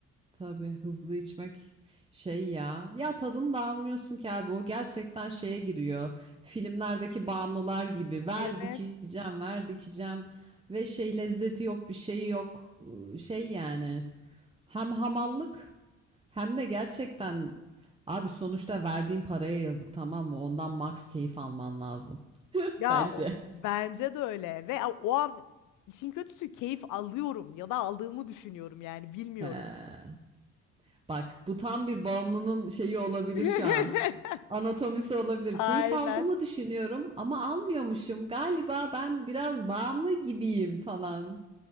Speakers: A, on the right; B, on the left.
A: Tabii hızlı içmek şey ya. Ya tadını da almıyorsun ki abi o gerçekten şeye giriyor. Filmlerdeki bağımlılar gibi ver
B: Evet.
A: dikeceğim ver dikeceğim ve şey lezzeti yok bir şey yok Iı, şey yani. Hem hamallık hem de gerçekten abi sonuçta verdiğin paraya yazık tamam mı? Ondan max keyif alman lazım. <laughs>
B: Ya
A: Bence.
B: o- bence de öyle. Ve o an işin kötüsü keyif alıyorum ya da aldığımı düşünüyorum yani bilmiyorum.
A: He. Bak bu tam bir bağımlının şeyi olabilir
B: <laughs>
A: şu an. Anatomisi olabilir.
B: Aynen.
A: Keyif aldığımı düşünüyorum ama almıyormuşum. Galiba ben biraz bağımlı gibiyim falan.